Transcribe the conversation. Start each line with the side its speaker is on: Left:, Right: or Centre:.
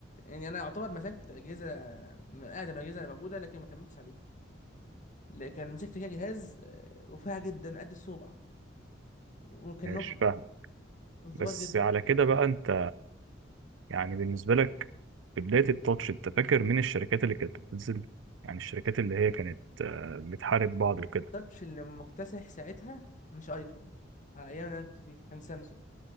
Left: يعني انا اعتبر مسكت اجهزة من اقدم الاجهزة اللي موجودة لكن ما كملتش عليها لكن مسكت كده جهاز آه، رفيع جدا قد الصبع وكان
Right: مش
Left: نوكيا
Right: فاهم بس
Left: صغير جدا
Right: على كده بقى أنت يعني بالنسبة لك في بداية التاتش أنت فاكر مين الشركات اللي كانت بتنزل يعني الشركات اللي هي كانت آه، بتحارب بعض وكده
Left: التاتش اللي مكتسح ساعتها مش ايفون على ايام اللي انا كنت فيه كان سامسونج